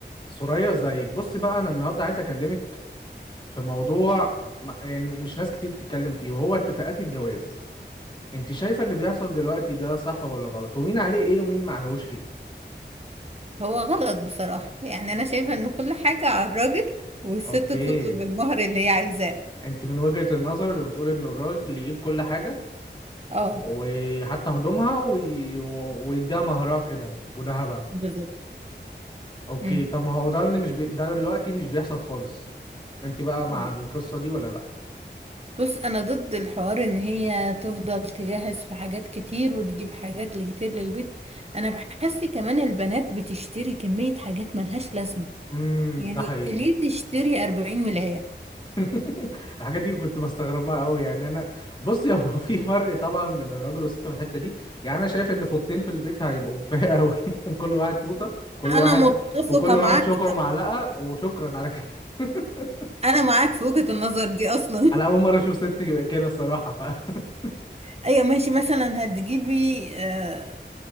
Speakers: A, on the left (about 25°); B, on the right (about 35°).
A: سوريا زيك بصي بقى انا النهارده عايز اكلمك في موضوع م- يعني مش ناس كتير بتتكلم فيه وهو اتفاقات الجواز انت شايفه اللي بيحصل دلوقتي ده صح ولا غلط ومين عليه ايه ومين ما عليهوش ايه
B: هو غلط بصراحة يعني أنا شايفة إن كل حاجة على الراجل والست
A: اوكي
B: تطلب المهر اللي هي عايزاه
A: انت من وجهة النظر اللي بتقول ان الراجل يجيب كل حاجه
B: اه
A: وحتى هدومها وي... ويديها مهرها في ايدها وذهبها
B: بالظبط
A: اوكي
B: مم.
A: طب ما هو ده اللي مش بي... ده دلوقتي مش بيحصل خالص انت بقى مع
B: د-
A: القصه دي ولا لا
B: بص أنا ضد الحوار إن هي تفضل تجهز في حاجات كتير وتجيب حاجات كتير للبيت أنا بحس كمان البنات بتشتري كمية حاجات ملهاش لازمة
A: امم
B: يعني
A: ده حقيقي
B: ليه تشتري أربعين ملاية
A: <laughs> الحاجات دي كنت بستغربها قوي يعني انا بص هو <laughs> في فرق طبعا بين الراجل والست في الحته دي يعني انا شايف ان فوطتين في البيت هيبقوا كفايه قوي <laughs> كل واحد فوطه كل
B: أنا
A: واحد
B: متفقة
A: وكل واحد
B: معاك
A: شوكه ومعلقه وشكرا على كده <laughs>
B: أنا معاك في وجهة النظر دي أصلا
A: انا اول مره اشوف ست كده الصراحه ف <laughs>
B: <laughs> أيوة ماشي مثلا هتجيبي آه،